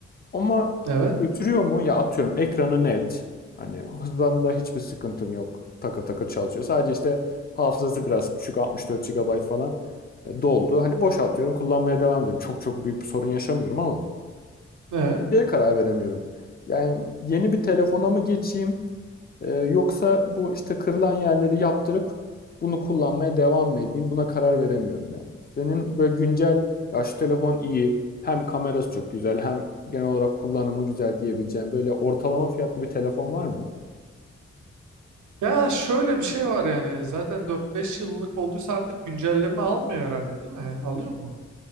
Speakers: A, on the left; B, on the right.
A: Ama
B: Evet
A: götürüyor mu? Ya atıyorum ekranı net. Hani hızlanında hiçbir sıkıntım yok. Takır takır çalışıyor. Sadece işte hafızası biraz küçük 64 gigabayt falan e, doldu. Hani boşaltıyorum kullanmaya devam ediyorum. Çok çok büyük bir sorun yaşamıyorum ama
B: evet.
A: şeye karar veremiyorum. Yani yeni bir telefona mı geçeyim? Ee, yoksa bu işte kırılan yerleri yaptırıp bunu kullanmaya devam mı edeyim? Buna karar veremiyorum ya. Senin böyle güncel ya şu telefon iyi, hem kamerası çok güzel, hem genel olarak kullanımı güzel diyebileceğim böyle ortalama fiyatlı bir telefon var mı?
B: Ya şöyle bir şey var yani zaten 4-5 yıllık olduysa artık güncelleme almıyor herhalde değil mi? Alıyor mu?